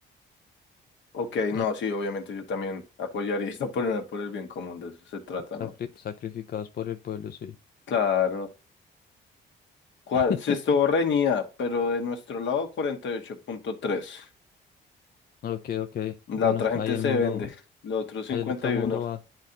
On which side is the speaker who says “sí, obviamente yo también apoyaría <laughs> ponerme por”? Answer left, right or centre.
Left